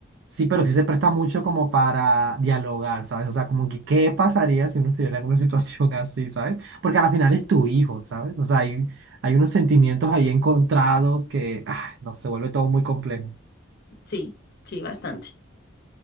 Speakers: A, on the right; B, on the left.
A: Sí, pero sí se presta mucho como para dialogar, ¿sabes? O sea, como que qué pasaría si uno estuviera en una situación <laughs> así, ¿sabes? Porque al final es tu hijo, ¿sabes? O sea, hay, hay unos sentimientos ahí encontrados que, ah, no, se vuelve todo muy complejo.
B: Sí, sí, bastante.